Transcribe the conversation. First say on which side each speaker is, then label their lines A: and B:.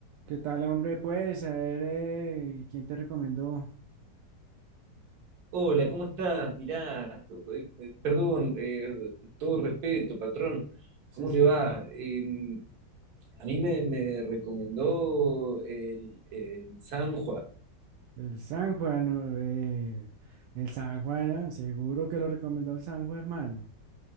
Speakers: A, on the right; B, on the right.
A: ¿Qué tal, hombre? Pues, a ver, eh, ¿quién te recomendó?
B: Hola, ¿cómo estás? Mirá, eh, eh, perdón, eh, todo respeto, patrón,
A: Sí,
B: ¿cómo
A: sí,
B: le va? Eh, a mí me, me recomendó el, el Sanjua.
A: el San Juan, ¿no? Eh, el San Juan, ah, Seguro que lo recomendó el San Juan, hermano.